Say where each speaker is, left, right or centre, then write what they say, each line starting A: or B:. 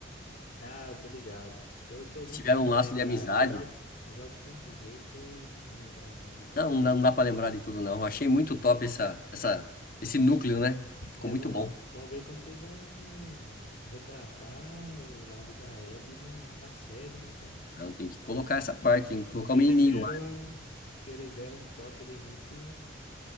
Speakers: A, on the left (about 70°); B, on the left (about 45°).
A: Ah, eu tô ligado. Eu sou muito
B: Tiveram
A: ruim pra
B: um laço
A: lembrar.
B: de amizade.
A: Eu jogo, eu jogo tanto jogo que eu para lembrar nome assim
B: Não,
A: de
B: não dá, não dá para lembrar de tudo, não. Eu Achei muito
A: personagem.
B: top essa, essa, esse núcleo, né? Ficou
A: É,
B: muito
A: vamos,
B: bom.
A: vamos ver como que eles vão retratar o lado da Abby na, na série, né, cara?
B: Então, tem que colocar essa parte, tem que colocar
A: Porque
B: o
A: eles
B: menininho
A: deram,
B: lá.
A: porque eles deram um toque ali muito